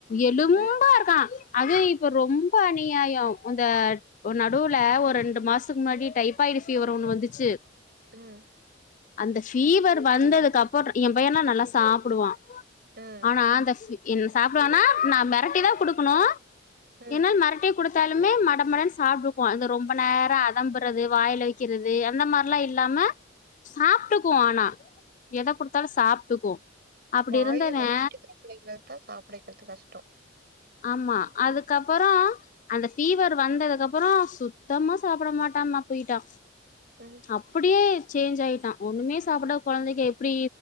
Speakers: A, on the left; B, on the right.
A: எலும்பா
B: ம்
A: இருக்கா அது இப்ப ரொம்ப அநியாய இந்த நடுவுல ஒரு ரெண்டு மாசத்க்கு முன்னாடி டைஃபாய்டு ஃபீவர் ஒண்ணு வந்துச்சி
B: ம்
A: அந்த ஃபீவர் வந்ததுக்கப்புற எம் பையனா நல்லா சாப்டுவா
B: ம்
A: ஆனா அந்த ஃபி என் சாப்டுவானா நா மெரட்டிதா குடுக்கணு
B: ம்
A: என்னால் மெரட்டியே குடுத் த்தாலுமே மடமடனு சாப்டுக்வா இந்த ரொம்ப நேர அடம்பறது வாய்ல வக்கிறது அந்த மார்லா இல்லாம சாப்ட்டுக்குவா ஆனா எத குடுத்தாலு சாப்ட்டுக்கு அப்டி
B: வாய்ல
A: இருந்தவே
B: வச்சிட்டு இருக்ற பிள்ளைங்ளதா சாப்ட வெக்கிறது கஷ்ட
A: ஆமா அதுக்கப்புற அந்த ஃபீவர் வந்ததுக்கப்புற சுத்தமா சாப்ட மாட்டாமா போய்ட்டா
B: ம்
A: அப்டியே சேஞ்ச் ஆயிட்டா ஒண்ணுமே சாப்டாத கொழந்தைக எப்டி